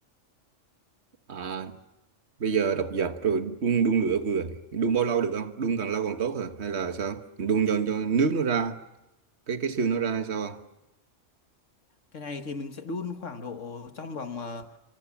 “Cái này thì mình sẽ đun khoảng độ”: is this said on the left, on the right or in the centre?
Left